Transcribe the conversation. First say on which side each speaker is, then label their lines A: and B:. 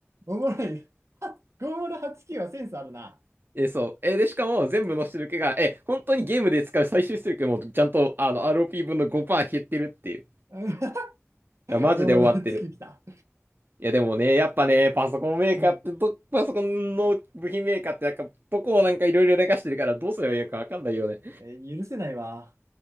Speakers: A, on the right (about 75°); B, on the right (about 45°).
A: おもろい。<laughs> 5089はちきゅうはセンスあるな。
B: え、そう。え、で、しかも全部の出力が、え、本当にゲームで使う最終出力もちゃんと、あの、ROP 分の5%減ってるっていう。
A: うん
B: いやマジで終わってる。
A: <laughs> ローマの月来た。
B: いやでもね、やっぱね、パソコンメーカーってど、
A: うん。
B: パソコンの部品メーカーってなんか、どこをなんかいろいろ流してるからどうすればいいかわかんないよね。
A: えー許せないわ。